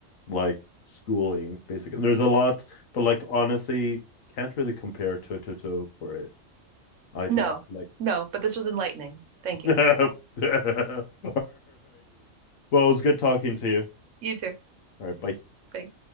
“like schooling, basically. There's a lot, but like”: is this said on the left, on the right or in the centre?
Left